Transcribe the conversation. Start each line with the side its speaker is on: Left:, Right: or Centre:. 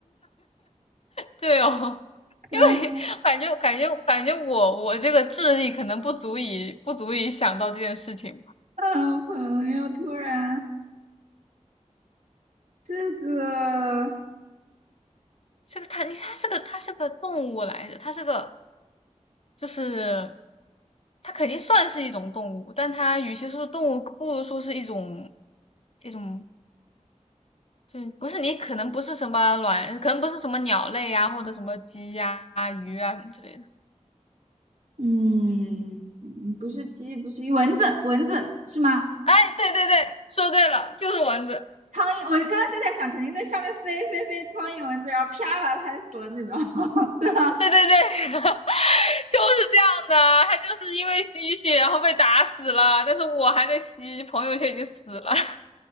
Left: 对哦，<laughs>
Right: 嗯
Left: 因为感觉感觉感觉我我这个智力可能不足以不足以想到这件事情吧
Right: 嗯，朋友突然这个，
Left: 这个它它是个它是个动物来着，它是个就是它肯定算是一种动物，但它与其说是动物，不如说是一种一种就是不是你可能不是什么卵，可能不是什么鸟类呀、或者什么鸡呀、鱼啊什么之类的。
Right: 嗯，不是鸡，不是鱼蚊子，蚊子是吗？
Left: 哎，对对对，说对了，就是蚊子。
Right: 苍蝇，我刚刚是在想，肯定在上面飞飞飞，苍蝇蚊子，然后啪把它拍死了那种，<laughs> 对吧？
Left: 对对对，<laughs> 就是这样的。他就是因为吸血，然后被打死了，但是我还在吸，朋友却已经死了。<laughs>